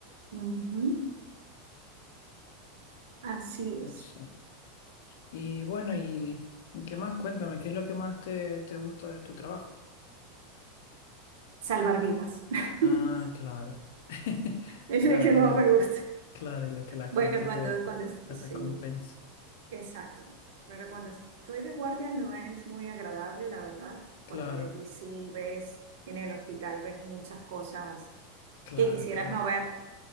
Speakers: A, on the right; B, on the left.
A: Ujú, Así
B: pues.
A: es.
B: sí. Y bueno, ¿y y qué más? Cuéntame, ¿qué es lo que más te, te gusta de tu trabajo?
A: Salvar vidas. <laughs>
B: Ah, claro. <laughs>
A: Es
B: La,
A: lo que
B: y
A: más
B: la-
A: me gusta.
B: claro, y lo que la gente
A: Bueno, cuando,
B: te,
A: cuando, es-
B: te
A: sí,
B: recompensa.
A: exacto. Pero cuando estoy de guardia no es muy agradable, la verdad,
B: Claro,
A: porque allí sí ves, en el hospital ves muchas cosas
B: claro,
A: que quisieras
B: claro,
A: no ver,